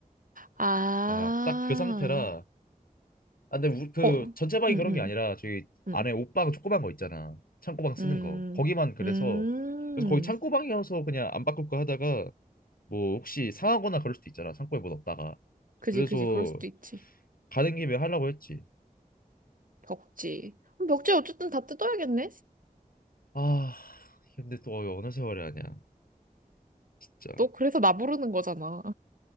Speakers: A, on the right; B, on the left.
A: 아,
B: 아 딱 그 상태라 아, 근데 우- 그
A: 어, 응,
B: 전체 방이
A: 응,
B: 그런 게 아니라 저기
A: 응,
B: 안에 옷방 조그만 거 있잖아. 창고방 쓰는
A: 응,
B: 거. 거기만 그래서
A: 응.
B: 그래서 거기 창고방이어서 그냥 안 바꿀까 하다가 뭐 혹시 상하거나 그럴 수도 있잖아. 창고에 뭐 넣었다가.
A: 그지,
B: 그래서
A: 그지. 그럴 수도 있지.
B: 가는 김에 하려고 했지.
A: 벽지. 그럼 벽지 어쨌든 다 뜯어야겠네?
B: 아, 근데 또 어느 세월이 아니야. 진짜.
A: 너 그래서 나 부르는 거잖아.